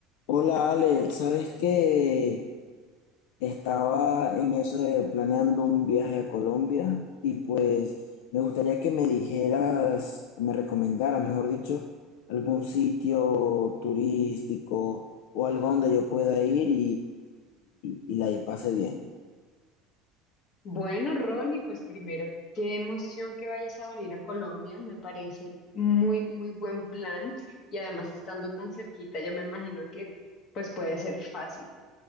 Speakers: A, on the left; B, on the left.
A: Hola Ale, ¿sabes que estaba en eso de planeando un viaje a Colombia y pues me gustaría que me dijeras o me recomendaras, mejor dicho, algún sitio turístico o algo donde yo pueda ir y, y, y la y pase bien?
B: Bueno, Ronnie, pues primero, qué emoción que vayas a venir a Colombia, me parece muy, muy buen plan y además estando tan cerquita, yo me imagino que pues puede ser fácil.